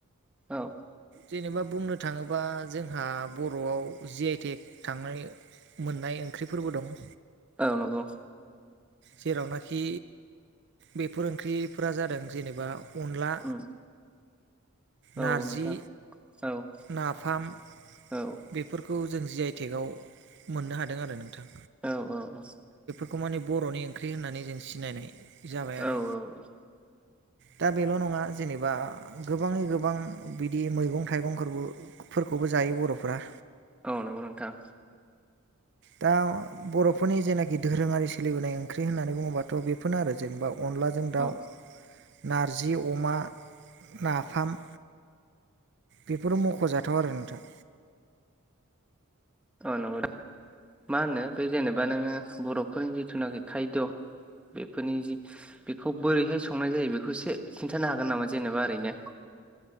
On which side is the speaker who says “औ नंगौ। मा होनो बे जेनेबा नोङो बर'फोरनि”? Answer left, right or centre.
Centre